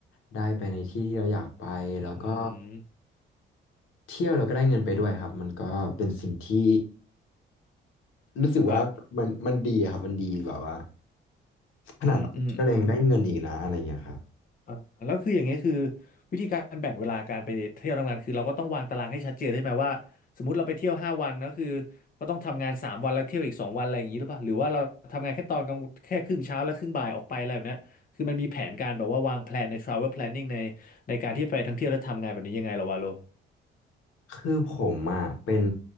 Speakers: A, on the left; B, on the left.
A: ได้ไปในที่ที่เราอยากไปแล้วก็
B: อืม
A: เที่ยวเราก็ได้เงินไปด้วยครับมันก็เป็นสิ่งที่รู้สึกว่ามันมันดีครับมันดีแบบว่า
B: ครับ
A: ขนาดเราไปเที่ยวเรายังได้เงินอีกนะอะไรเงี้ยครับ
B: อืมอืมอืม อ่าแล้วคืออย่างเงี้ยคือวิธีการแบ่งเวลาการไปเที่ยวทำงานคือเราก็ต้องวางตารางให้ชัดเจนใช่ไหมว่าสมมติเราไปเที่ยวห้าวันก็คือก็ต้องทำงานสามวันแล้วเที่ยวอีกสองวันอะไรอย่างนี้หรือเปล่าหรือว่าเราทำงานแค่ตอนกลางแค่ครึ่งเช้าแล้วครึ่งบ่ายออกไปอะไรแบบเนี้ยคือมันมีแผนการแบบว่าวางแผนใน travel planning ในในการที่ไปทั้งเที่ยวและทำงานแบบนี้ยังไงเหรอวะโล
A: คือผมอ่ะเป็น